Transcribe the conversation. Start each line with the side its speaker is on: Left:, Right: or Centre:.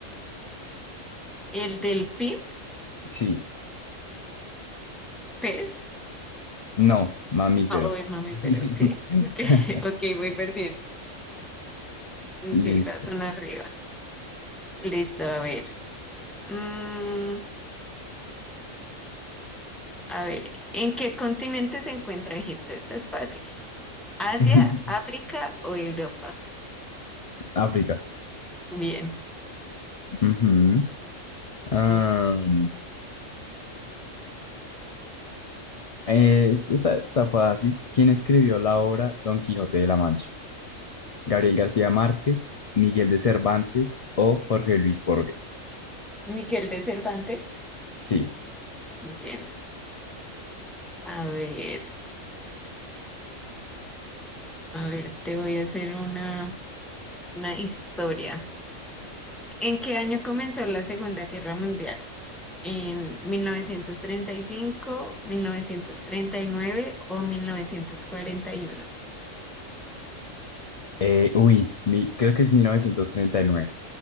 Centre: ¿El delfín?
Left: Sí,
Centre: ¿Pez?
Left: no, mamífero.
Centre: Ah, oh, es mami,
Left: <laughs>
Centre: pero sí. <laughs> Ok, ok, voy perdiendo. Ok,
Left: Listo.
Centre: vas una arriba. Listo, a ver. Mm, a ver, ¿en qué continente se encuentra Egipto? Esto es fácil. ¿Asia,
Left: <laughs>
Centre: África o Europa?
Left: África.
Centre: Bien.
Left: Ujú. Am,
Centre: Mm.
Left: eh, esta está fácil. ¿Quién escribió la obra Don Quijote de la Mancha? ¿Gabriel García Márquez, Miguel de Cervantes o Jorge Luis Borges?
Centre: Miguel de Cervantes.
Left: Sí.
Centre: Bien. A ver, a ver, te voy a hacer una, una historia. ¿En qué año comenzó la Segunda Guerra Mundial? en mil mil novecientos novecientos treinta treinta y cinco mil novecientos treinta y nueve o mil novecientos cuarenta y uno
Left: Eh, uy, mi- creo que es 1939.